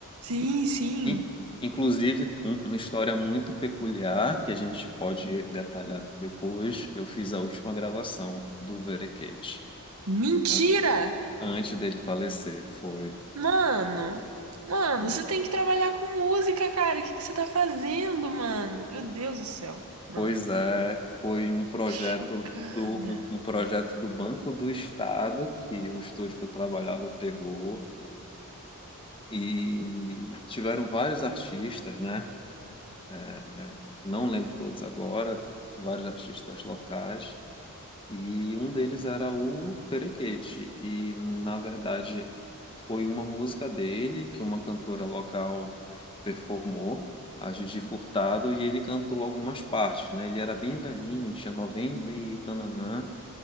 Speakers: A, on the right; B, on the left.
A: Sim, sim.
B: In- Inclusive, um- uma história muito peculiar que a gente pode detalhar depois. Eu fiz a última gravação do Verequete,
A: Mentira!
B: an- antes dele falecer. Foi.
A: Mano! Mano,
B: foi-
A: você tem que trabalhar com música, cara. O que, que você tá fazendo, mano? Meu Deus do céu. Não.
B: Pois é, foi um projeto
A: Chocada.
B: do, um, um projeto do Banco do Estado que o estúdio que eu trabalhava pegou e tiveram vários artistas, né? É, é, não lembro todos agora, vários artistas locais. E um deles era o Perequete. E, na verdade, foi uma música dele que uma cantora local performou, a Gigi Furtado, e ele cantou algumas partes, né? Ele era bem velhinho, tinha 90 e tananã.